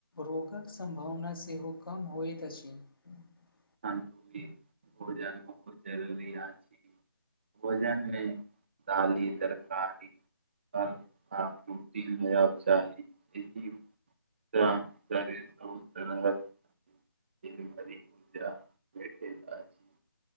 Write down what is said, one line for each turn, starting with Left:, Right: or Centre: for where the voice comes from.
Left: रोगक सम्भावना सेहो दुकाम होइत अछि <unintelligible>
Right: आ भोजन बहुत जरूरी अछि भोजन दाल तरकारी हाल आपरू दिल है आब चाही यह <unintelligible> त तरे तरगत <unintelligible> दीन भरी ऊर्जा भेटैत आछि